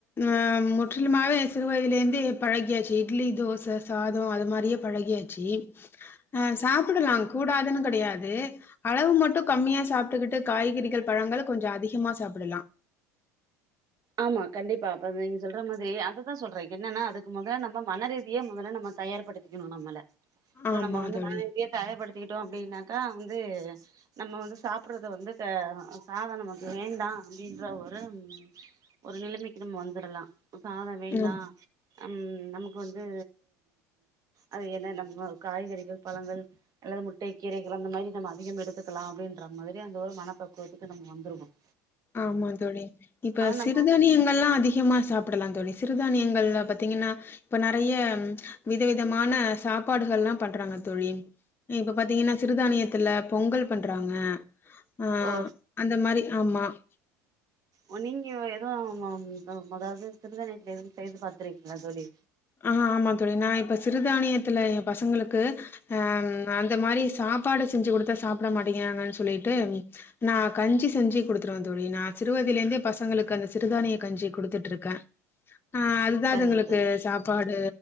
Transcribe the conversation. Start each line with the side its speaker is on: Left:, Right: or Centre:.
Left: ஆஹ ம் முற்றிலுமாவே சிறுவயதிலேந்தே பழகியாச்சு இட்லி தோசை சாதோ அது மாரியே பழகியாச்சு ஆ சாப்புடலா கூடாதுன்னு கெடையாது அளவு மட்டு கம்மியா சாப்ட்டுக்கிட் காய்கறிகள் பழங்கள் கொஞ்சம் அதிகமா சாப்புடலாம்
Right: ஆமா கண்டிப்பா அப்ப நீங்க சொல்ற மாதிரி அதுதா சொல்றே என்னன்னா அதுக்கு மொத நம்ம மனரீதியே மொதல்ல நம்ம தயார்படுத்திக்கணு நம்மள சோ
Left: ஆமா
Right: நம்ம வந்து
Left: தோழி
Right: மனரீதியா தயார்படுத்த கிட்டோம் அப்படின்னாக்கா வந்து நம்ம வந்து சாப்புடுறது வந்து சாதோநமக்கு வேண்டான் அப்புடின்ற ஒரு ஒரு நிலமைக்கு நம்ம வந்துடலா சாதோ வேணா
Left: ம்
Right: ம் நமக்கு வந்து அது என்ன நம்ம காய்கறிகள் பழங்கள் அல்லது முட் டை கீரைகள் அந்த மாதிரி நம்ம அதிகம் எடுத்துக்கலாம் அப்புடின்ற மாதிரி அந்த ஒரு மனப் பக்குவத்துக்கு நம்ம வந்துடுவோம்
Left: ஆமா தோழி இப்ப
Right: நம்ம
Left: சிறுதானியங்களா அதிகமா சாப்புடலாம் ஆ தோழி சிறுதானியங்கள்ல பாத்தீங்கன்னா இப்ப நெறைய வித விதமான சாப்பாடுகள்லா பண்றாங்க தோழி இப்ப பாத்தீங்கன்னா சிறுதானியத்துல பொங்கல் பண்றாங்க ஆ
Right: ஓ
Left: அந்த மாரி ஆமா <inaudible>
Right: ஓ நீங்க எதுவு ஆ ஆ அதாவது சிறுதானியத்துல எதுவும் செய்யறது பாத்திருக்கீங்களா தோழி
Left: ஆ ஆமா தோழி நா இப்ப சிறுதானியத்துல ஏன் பசங்களுக்கு ஆ அந்த மாரி சாப்பாடு செஞ்சு குடுத்தா சாப்ட மாட்டேங்கிறாங்கன்னு சொல்லிட்டு நா கஞ்சி செஞ்சு குடுத்துருவே தோழி நான் சிறுவயதுல இருந்தே பசங்களுக்கு அந்த சிறுதானிய கஞ்சி குடுத்துட்ருக்கே ஆ அதுதா
Right: சரிங்க
Left: அதுங்களுக்கு
Right: தோழி
Left: சாப் து